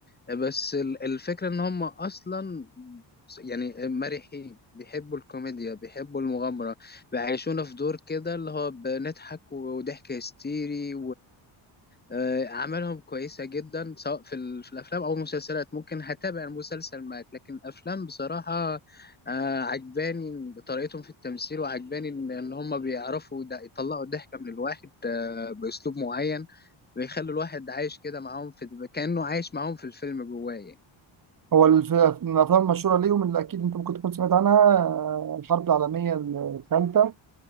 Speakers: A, on the left; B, on the right.
A: بس ال- الفكرة ان هم اصلا يعني مرحين بيحبوا الكوميديا بيحبوا المغامرة بيعيشونا في دور كده اللي هو بنضحك وضحك هستيري وأعمالهم كويسة جدا سواء في, ال... في الأفلام أو المسلسلات ممكن هتابع المسلسل معاك لكن الأفلام بصراحة آه، عجباني طريقتهم في التمثيل وعجباني إن إن هم بيعرفوا يد- يطلعوا الضحكة من الواحد آه، بأسلوب معين بيخلي الواحد عايش كده معاهم في كأنه عايش معاهم في الفيلم جواه يعني.
B: هو الف- من الافلام المشهوره ليهم اللي اكيد انت ممكن تكون سمعت عنها آه، الحرب العالميه الثالثه